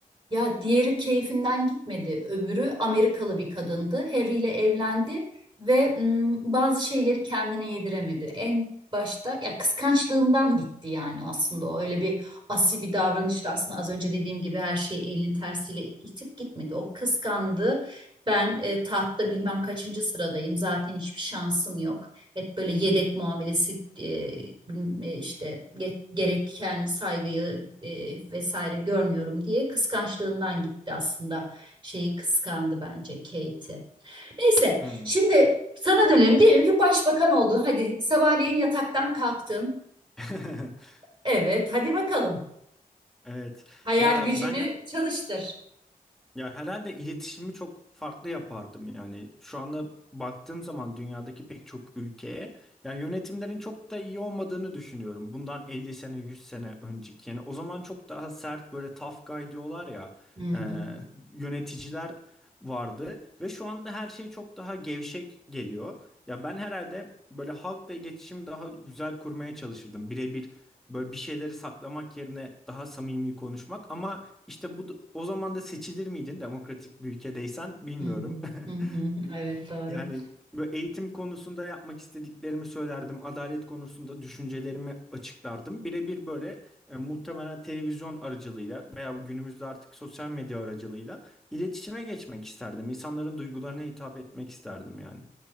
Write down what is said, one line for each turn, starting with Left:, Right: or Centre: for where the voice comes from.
Right: Ya diğeri keyfinden gitmedi. Öbürü Amerikalı bir kadındı. Harry ile evlendi ve mm, bazı şeyleri kendine yediremedi. En başta ya kıskançlığından gitti yani aslında o öyle bir asi bir davranışla aslında az önce dediğim gibi her şeyi elinin tersiyle itip gitmedi. O kıskandı. Ben e, tahtta bilmem kaçıncı sıradayım. Zaten hiçbir şansım yok. Hep böyle yedek muamelesi e, bilmem, e, işte ge- gereken saygıyı e, vesaire görmüyorum diye kıskançlığından gitti aslında. Şeyi kıskandı bence Kate'i. Neyse
Centre: Hmm.
Right: şimdi sana dönelim. Diyelim ki başbakan oldun. Hadi sabahleyin yataktan kalktın.
Centre: <laughs>
Right: Evet hadi bakalım.
Centre: Evet.
Right: Hayal
Centre: Ya
Right: gücünü
Centre: ben
Right: çalıştır.
Centre: Ya herhalde iletişimi çok farklı yapardım yani. Şu anda baktığım zaman dünyadaki pek çok ülkeye ya yönetimlerin çok da iyi olmadığını düşünüyorum. Bundan 50 sene 100 sene önceki yani o zaman çok daha sert böyle tough guy diyorlar ya
Right: Hı
Centre: e,
Right: hı,
Centre: yöneticiler vardı ve şu anda her şey çok daha gevşek geliyor. Ya ben herhalde böyle halkla iletişimi daha güzel kurmaya çalışırdım. Birebir Böyle bir şeyleri saklamak yerine daha samimi konuşmak ama işte bu o zaman da seçilir miydin demokratik bir ülkedeysen bilmiyorum.
Right: hı hı, hı hı.
Centre: <laughs>
Right: Evet doğru.
Centre: Yani böyle eğitim konusunda yapmak istediklerimi söylerdim. Adalet konusunda düşüncelerimi açıklardım. Birebir böyle e, muhtemelen televizyon aracılığıyla veya bu günümüzde artık sosyal medya aracılığıyla iletişime geçmek isterdim. İnsanların duygularına hitap etmek isterdim yani.